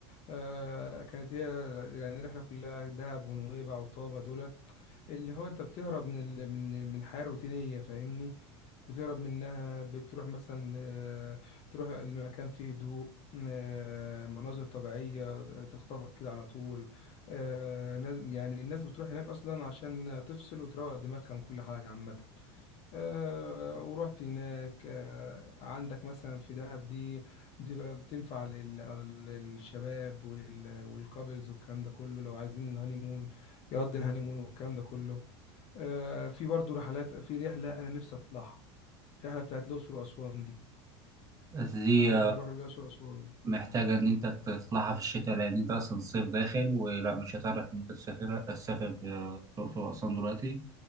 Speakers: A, on the left; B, on the right.
A: آه كانت هي يعني الرحلة كلها دهب ونويبع وطابة دولت اللي هو أنت بتهرب من ال... من من الحياة الروتينية فاهمني؟ بتهرب منها بتروح مثلا ل- تروح المكان فيه هدوء آه، مناظر طبيعية آه، تخطفك كده على طول آه، ناس- يعني الناس بتروح هناك أصلا عشان تفصل وتروق دماغها من كل حاجة عامة آه، ورحت هناك آه، عندك مثلا في دهب دي بتبقى بتنفع لل- للشباب ولل- والكابلز والكلام ده كله لو عايزين الهانيمون يقضي الهانيمون والكلام ده كله آه، في برضو رحلات في رحلة أنا نفسي أطلعها الرحله بتاعت الاقصر واسوان دي
B: دي
A: احب اروح الاقصر واسوان
B: محتاجة إن أنت تطلعها في الشتاء لأن أنت أصلا الصيف داخل ولا مش هتعرف إن أنت تسافر تسافر الأقصر وأسوان دلوقتي